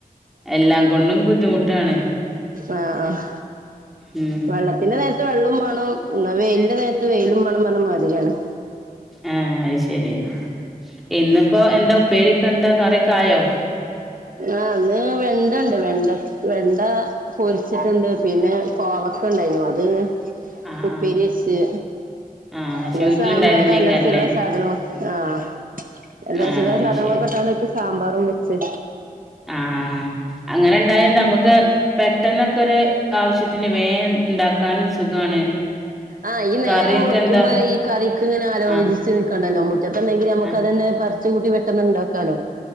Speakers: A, in the centre; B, on the right (about 65°).
A: എല്ലാം കൊണ്ടും ബുദ്ധിമുട്ടാണ്.
B: ആഹ് ആഹ്
A: ഉം
B: വെള്ളത്തിന്റെ നേര് വെള്ളോം വേണം ന്ന വെയിലിന്റെ നേരത്ത് വെയിലും വേണം പറഞ്ഞ മാതിരിയാണ്
A: ആഹ് അത് ശരി ഇന്നിപ്പോ എന്താ ഉപ്പേരിക്കെന്താ കറിക്കെ ആയോ
B: ആഹ് ഇന്ന് വെണ്ടണ്ട് വെണ്ട വെണ്ട പൊരിച്ചിട്ടുണ്ട് പിന്നെ കോവ ക്കെ ഇണ്ടായിനു അത്
A: ആഹ്
B: ഉപ്പേരിച്ച്
A: ആഹ് ആഹ് പക്ഷെ
B: പിന്നെ
A: വീട്ടിലുണ്ടായതന്നെക്കാരല്ലേ
B: സാമ്പാറ് അല്ലറ ചില്ലറ സാധനങ്ങളൊ ആഹ് എല്ലാ
A: ആഹ്
B: ചില
A: അത്
B: സാധനങ്ങളൊക്കെട്ടാണ്
A: ശരി
B: ഇപ്പ സാമ്പാറും വെച്ച്
A: ആഹ് അങ്ങനെ ഇണ്ടായ നമുക്ക് പെട്ടെന്നൊക്കൊരു ആവശ്യത്തിന് വേ ഇണ്ടാക്കാനും സുഖാണ്
B: ആഹ് ഈ നേരം
A: കറിയൊക്കെ
B: വെളുക്കുമ്പോ
A: എന്താ
B: ഈ കറിക്ക് ഇങ്ങനെ ആലോചിച്ച്
A: ആഹ്
B: നിക്ക് ണ്ടല്ലോ മുറ്റത്തുണ്ടെങ്കി ഞമ്മുക്ക്
A: ആഹ്
B: അതീന്ന് പറിച്ചു കൂട്ടി പെട്ടെന്ന്ണ്ടാക്കാലോ